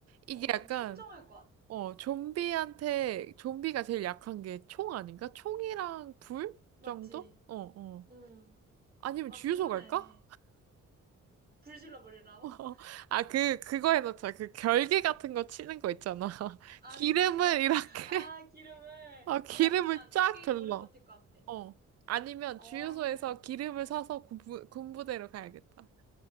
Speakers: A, on the right (about 55°); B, on the right (about 30°).
A: 이게
B: 어, 좀
A: 약간,
B: 청정할 것 같아.
A: 어, 좀비한테, 좀비가 제일 약한 게 총 아닌가? 총이랑 불
B: 맞지?
A: 정도? 어, 어.
B: 응.
A: 아니면
B: 아,
A: 주유소
B: 그러네.
A: 갈까?
B: 불 질러버리라고?
A: <laughs> 아, 그, 그거 해놓자. 그 결계 같은 거 치는 거 있잖아. <laughs>
B: 아,
A: 기름을
B: 진짜? <laughs>
A: 이렇게.
B: 아, 기름을.
A: 아, 기름을
B: 어, 나쁘지 않은데
A: 쫙
B: 꽤
A: 둘러.
B: 오래 버틸 것 같아.
A: 어. 아니면
B: 어.
A: 주유소에서 기름을 사서 군부, 군부대로 가야겠다.